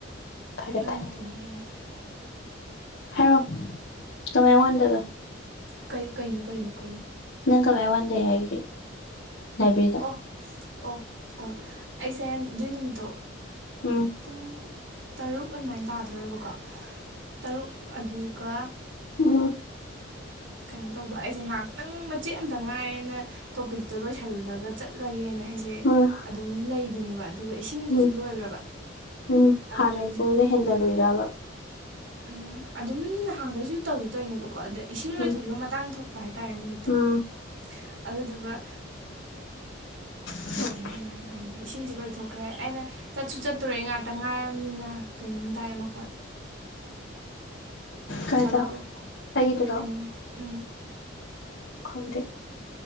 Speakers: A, on the left; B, on the right.
A: ꯐꯔꯦ
B: ꯅꯪꯅꯨ
A: ꯐꯔꯦ
B: ꯀꯣꯅꯨ ꯅꯪ ꯇꯥꯏ
A: ꯍꯥꯏꯔꯣ ꯇꯃꯥꯏ ꯋꯥꯟꯗꯕ
B: ꯀꯩ ꯀꯩꯅꯣ ꯀꯩꯅꯣ ꯀꯩꯅꯣ
A: ꯅꯪ ꯀꯃꯥꯏ ꯋꯥꯟꯗꯦ ꯍꯥꯏꯒꯦ ꯂꯥꯏꯕ꯭ꯔꯦꯔꯤꯗ
B: ꯑꯣ ꯑꯣ ꯑꯣ ꯑꯩꯁꯦ ꯑꯗꯨꯏ ꯅꯨꯃꯤꯠꯇꯣ
A: ꯎꯝ
B: ꯄꯨꯡ ꯇꯔꯨꯛ ꯑꯗꯨꯃꯥꯏꯅ ꯇꯥꯗꯧꯕꯀꯣ ꯇꯔꯨꯛ ꯑꯗꯨꯒ
A: ꯑꯣ
B: ꯀꯩꯅꯣ ꯇꯧꯕ ꯑꯩꯁꯦ ꯉꯥꯏꯍꯥꯛꯇꯪ ꯃꯆꯦꯠ ꯑꯃꯇ ꯉꯥꯏꯌꯦꯦꯅ ꯇꯣꯄꯤꯛꯇꯣ ꯂꯣꯏꯁꯤꯜꯂꯒ ꯑꯗꯨꯒ ꯆꯠꯂꯒꯦꯅ ꯑꯩꯁꯦ
A: ꯎꯝ
B: ꯑꯗꯨꯝ ꯂꯩꯕꯅꯦꯕ ꯑꯗꯨꯒ ꯏꯁꯤꯡꯗꯨꯁꯨ
A: ꯎꯝ
B: ꯂꯣꯏꯈ꯭ꯔꯕ
A: ꯎꯝ
B: ꯑꯗ
A: ꯍꯥꯟꯅꯩ ꯄꯨꯡꯗ ꯍꯦꯟꯊꯔꯨꯏꯔꯔꯕ
B: ꯎꯝ ꯑꯗꯨꯝ ꯅꯍꯥꯟꯈꯩꯁꯨ ꯇꯧꯗꯤ ꯇꯧꯅꯦꯕꯀꯣ ꯑꯗ ꯏꯁꯤꯡ ꯑꯣꯏꯊꯣꯛꯈꯤꯕ
A: ꯎꯝ
B: ꯃꯇꯥꯡ ꯊꯣꯛ ꯍꯥꯏꯇꯥꯔꯦ ꯅꯨꯃꯤꯠꯇꯣ
A: ꯎꯝ
B: ꯑꯗꯨꯗꯨꯒ
A: ꯍ
B: ꯍꯥꯏꯩꯅ ꯑꯉꯥꯏꯅ ꯇꯧꯕꯔꯗ ꯏꯁꯤꯡꯁꯦ ꯂꯣꯏꯊꯣꯛꯈ꯭ꯔꯦ ꯑꯩꯅ ꯆꯠꯁꯨ ꯆꯠꯇꯣꯔꯦ ꯑꯩ ꯉꯥꯛꯇ ꯉꯥꯏꯔꯕꯅꯤꯅ ꯀꯩꯅꯣꯝ ꯇꯥꯏ ꯃꯈꯜ
A: ꯀꯥꯏꯗ
B: ꯍꯜꯂꯣ
A: ꯑꯩꯒꯤꯗꯨꯔꯣ
B: ꯃꯨ ꯈꯨꯨꯅꯝ ꯎꯝ
A: ꯈꯗꯦ